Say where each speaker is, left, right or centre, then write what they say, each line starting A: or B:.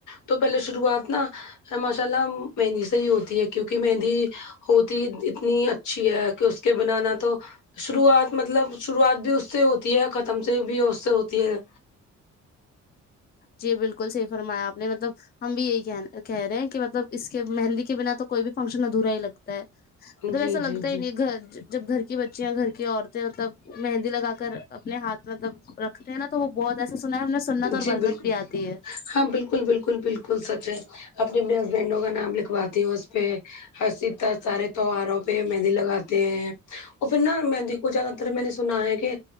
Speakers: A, on the left (about 75°); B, on the left (about 30°).
A: تو پہلے شروعات نا ماشا اللہ مہندی سے ہی ہوتی ہے کیونکی مہندی ہوتی اتنی اچھی ہے پھر اس کے بنا نا تو شروعات مطلب شروعات بھی اس سے ہوتی ہے ختم سے بھی اس سے ہوتی ہے
B: جی بالکل صحیح فرمایا آپ نے مطلب ہم بھی یہی کی کہہ رہے ہیں کی مطلب اس کے مہندی کے بنا تو کوئی بھی فنکشن ادھورا ہی لگتا مطلب
A: جی
B: ایسا لگتا
A: جی
B: ہی
A: جی
B: نہیں گھر جب گھر کی بچیا گھر کی عورتیں مطلب مہندی لگا کر اپنے ہاتھ مطلب رکھتے ہیں نا تو وہ بہت ایسا سنا ہے ہم نے سنت اور
A: جی
B: برکت
A: بالکل
B: بھی آتی ہے
A: ہاں بالکل بالکل بالکل سچ ہے اپنے اپنے ہسبینڈوں کا نام لکھوا تی ہوں اس پے ہسی تا سارے تہواروں پے مہندی لگاتے ہیں اور پھر نا مہندی وہ زیادہ تر میں نے سنا ہے کہ